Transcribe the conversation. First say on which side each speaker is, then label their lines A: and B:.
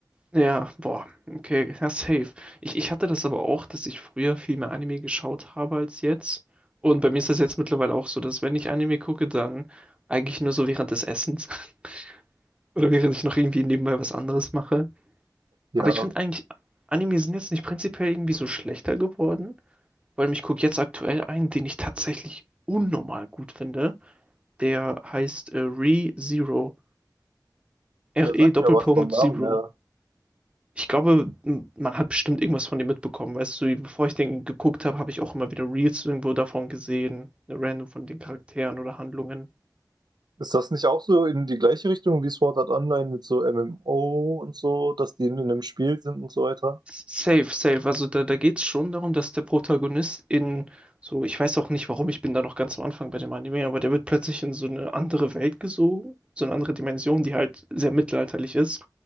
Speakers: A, on the right (about 15°); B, on the right (about 70°).
A: Ja, boah, okay, ja, safe. Ich, ich hatte das aber auch, dass ich früher viel mehr Anime geschaut habe als jetzt. Und bei mir ist das jetzt mittlerweile auch so, dass wenn ich Anime gucke, dann eigentlich nur so während des Essens <laughs> oder während ich noch irgendwie nebenbei was anderes mache.
B: Ja,
A: Aber ich finde eigentlich, Anime sind jetzt nicht prinzipiell irgendwie so schlechter geworden, weil ich gucke jetzt aktuell einen, den ich tatsächlich unnormal gut finde. Der heißt äh, Re Zero. R-E
B: der sagt
A: Doppelpunkt
B: mir was vom Namen
A: Zero.
B: her.
A: Ich glaube, m- man hat bestimmt irgendwas von dem mitbekommen. Weißt du, bevor ich den geguckt habe, habe ich auch immer wieder Reels irgendwo davon gesehen, random von den Charakteren oder Handlungen.
B: Ist das nicht auch so in die gleiche Richtung wie Sword Art Online mit so MMO und so, dass die in einem Spiel sind und so weiter?
A: Safe, safe. Also da, da geht es schon darum, dass der Protagonist in so, ich weiß auch nicht warum, ich bin da noch ganz am Anfang bei dem Anime, aber der wird plötzlich in so eine andere Welt gesogen, so eine andere Dimension, die halt sehr mittelalterlich ist.